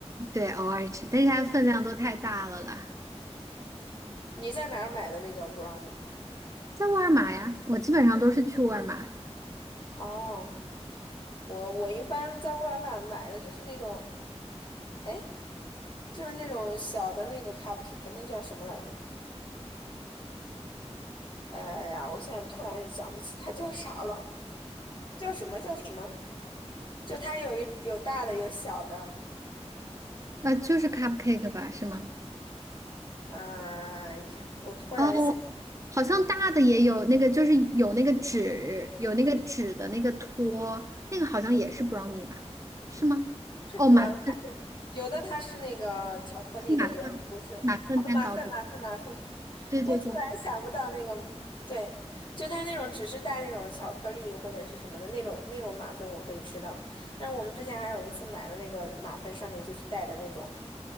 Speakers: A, on the right (about 30°); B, on the left (about 45°).
A: 对，偶尔吃，但是它分量都太大了啦。
B: 你在哪儿买的那个 brownie？
A: 在沃尔玛呀，我基本上都是去沃尔玛，
B: 哦，我我一般在沃尔玛买的就是那种，哎，就是那种小的那个 cupcake，那叫什么来着？哎呀，我现在突然想不起它叫啥了，叫什么叫什么？就它有一有大的有小的，
A: 呃，就是 cupcake 吧，是吗？
B: 嗯、哎呀，我突然想
A: 哦，好像大的也有那个，就是有那个纸，有那个纸的那个托，那个好像也是 brownie 吧？是吗？
B: 是
A: 哦，
B: brownie，
A: 马芬
B: 有的它是那个巧克力的，
A: 是马芬马芬蛋糕对
B: 有的不是。哦，马芬马芬马芬。
A: 对对对，
B: 我突然想不到那个，嗯对，就它那种只是带那种巧克力或者是什么的那种那种马芬我可以吃到，但是我们之前还有一次买了那个马芬上面就是带的那种，